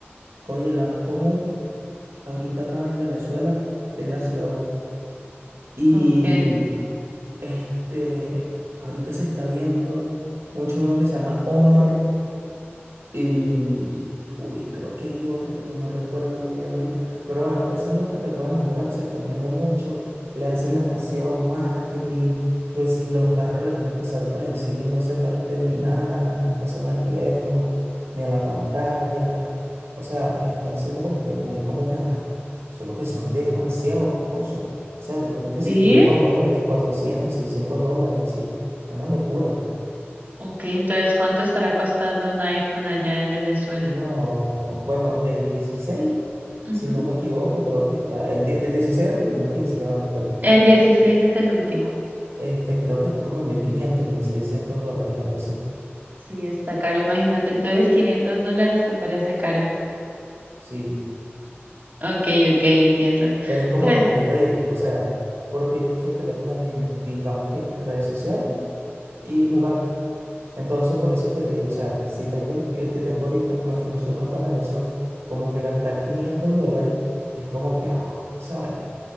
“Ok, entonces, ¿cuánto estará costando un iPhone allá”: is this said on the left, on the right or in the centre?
Right